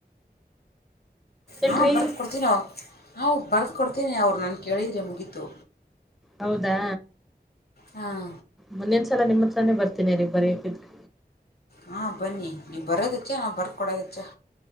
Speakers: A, in the centre; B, on the left.
A: ಇಲ್ರಿ
B: ಹಾಂ ಬರ್ದು ಕೊಡ್ತೀನಿ ನಾ ಬರೆದು ಕೊಡ್ತೀನಿ ಅವ್ರು ನಾನು ಕೇಳಿದ್ರೇ ಮುಗೀತು.
A: ಹೌದಾ
B: ಹಾಂ
A: ಮುಂದಿನ್ಸಲ ನಿಮ್ಮ ಹತ್ರಾನೇ ಬರ್ತೀನಿ ಇರೀ ಬರೆಯೋದಿದ್ರೆ.
B: ಹಾ ಬನ್ನಿ ನೀವ್ ಬರೋದೆಚ್ಚ ನಾವು ಬರ್ದ ಕೊಡೋದ್ ಹೆಚ್ಚ.